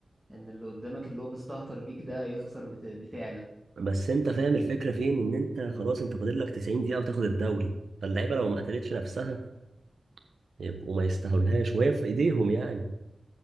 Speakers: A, in the centre; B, on the right (about 70°).
A: ان اللي قدامك اللي هو مستهتر بيك ده يخسر بت... بتعلى
B: بس انت فاهم الفكره فين ان انت خلاص انت فاضل لك 90 دقيقه وتاخد الدوري فاللعيبه لو ما قتلتش نفسها يبقوا ما يستاهلهاش وهي في ايديهم يعني